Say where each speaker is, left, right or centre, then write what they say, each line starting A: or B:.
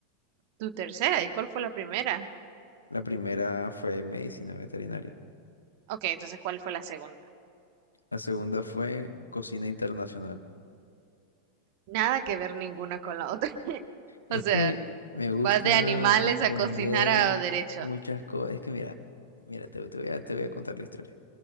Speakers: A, on the right (about 45°); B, on the left (about 80°).
A: Tu tercera, ¿y cuál fue la primera?
B: La primera fue medicina veterinaria.
A: Ok, entonces, ¿cuál fue la segunda?
B: La segunda fue cocina internacional.
A: Nada que ver ninguna con la otra. <laughs>
B: Es
A: O sea,
B: que me gusta
A: vas de animales
B: aprender
A: a cocinar a derecho.
B: muchas cosas. Es que mira, mira, te, te voy a, te voy a contar la historia.